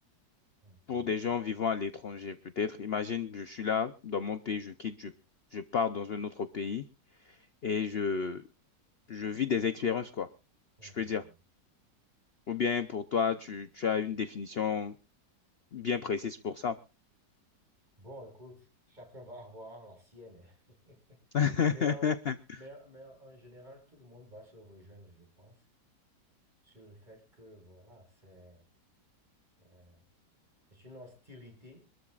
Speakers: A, on the right (about 25°); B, on the left (about 50°).
A: Mhm.
B: pour des gens vivant à l'étranger, peut-être. Imagine, je suis là, dans mon pays, je quitte, je, je pars dans un autre pays et je, je vis des expériences, quoi,
A: Mhm.
B: je peux dire. Ou bien pour toi, tu, tu as une définition bien précise pour ça.
A: Bon, écoute, chacun va avoir la sienne. hein.
B: <laughs>
A: Mais en, mais, mais en général, tout le monde va se rejoindre, je pense, sur le fait que, voilà, c'est euh, c'est une hostilité